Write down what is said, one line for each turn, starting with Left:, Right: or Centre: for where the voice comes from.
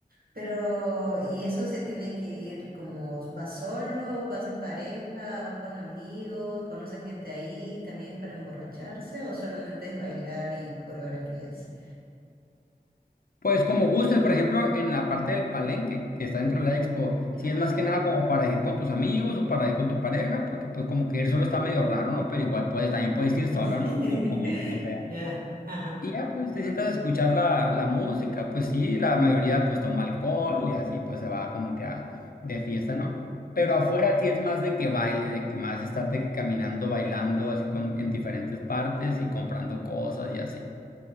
Right: Pero, ¿y eso se tiene que ir como vas solo, vas en pareja, vas con amigos, conoces gente ahí, también es para emborracharse o solamente es bailar y coreografías?
Left: Pues como gustes, por ejemplo, en la parte del palenque que está dentro de la expo, si
Right: Ajá.
Left: es más que nada como para ir con tus amigos o para ir con tu pareja, porque pues como que ir solo está medio raro, ¿no? Pero igual puedes, también puedes ir solo,
Right: <laughs>
Left: ¿no? Como, como, como sea.
Right: Ya, ajá.
Left: Y ya pues te sientas a escuchar la, la música, pues sí, la mayoría pues toma alcohol y así pues se va como que a- de fiesta, ¿no?
Right: Ujú.
Left: Pero afuera sí es más de que baile, de que más estar de que caminando, bailando, así con, en diferentes partes y comprando cosas y así.